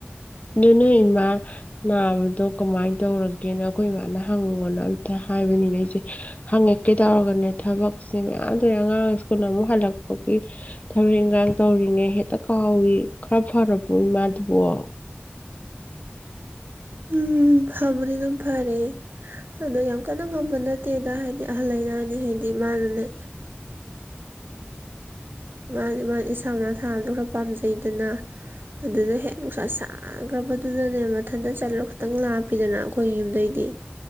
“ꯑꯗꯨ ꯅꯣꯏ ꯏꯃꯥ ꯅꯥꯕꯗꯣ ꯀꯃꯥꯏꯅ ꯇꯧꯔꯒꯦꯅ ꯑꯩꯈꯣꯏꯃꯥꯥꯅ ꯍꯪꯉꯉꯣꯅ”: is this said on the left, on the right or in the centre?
Left